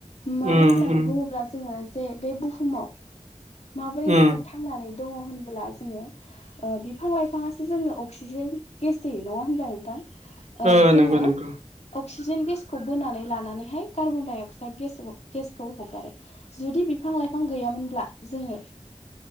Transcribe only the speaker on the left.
मानो
होननानै
बुङोब्ला जोङो जे बे बुहुमाव माबोरै
जोङो था थांनानै द होनब्ला जोंङो ओ बिांफां लाइफांआसो जोंनो अक्सिजेन गेस जायो नङा होनबाय नोंथां
जोङो।
अक्सिजेन गेसखौ बोनानै लानानैहाय कार्बन डाइ अक्साइद गेसखौ गेसखौ हगारो जुदि बिफां लाइफां गैयामोनब्ला जोङो